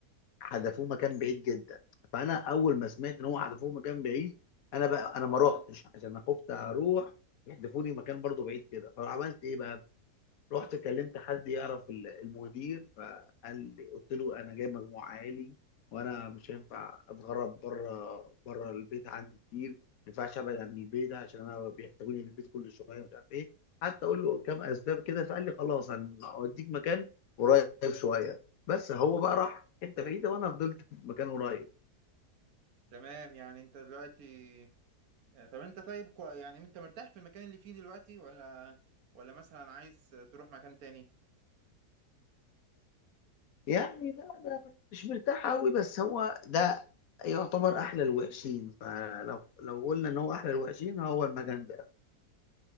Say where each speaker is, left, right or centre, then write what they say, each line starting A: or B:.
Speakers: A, on the left (about 65°); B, on the right (about 65°).
A: حدفوه مكان بعيد جدا فانا اول ما سمعت ان هو حدفوه مكان بعيد انا بقى انا ما رحتش عشان انا خفت اروح يحدفوني مكان برضه بعيد كده فعملت ايه بقى رحت كلمت حد يعرف ال- المدير فقال لي قلت له انا جاي مجموع عالي وانا مش هينفع اتغرب بره بره البيت عندي كتير ما ينفعش ابعد عن البيت عشان انا بيحتاجوني في البيت كل شويه مش عارف ايه حتى اقول له كام اسباب كده فقال لي خلاص انا اوديك مكان قريب شويه بس هو بقى راح حته بعيده وانا فضلت في مكان قريب
B: تمام يعني أنت دلوقتي آه، طب أنت طيب كو- يعني أنت مرتاح في المكان اللي فيه دلوقتي ولا ولا مثلا عايز تروح مكان تاني؟
A: يعني لا انا مش مرتاح قوي بس هو ده يعتبر احلى الوحشين فلو لو قلنا ان هو احلى الوحشين هو المكان ده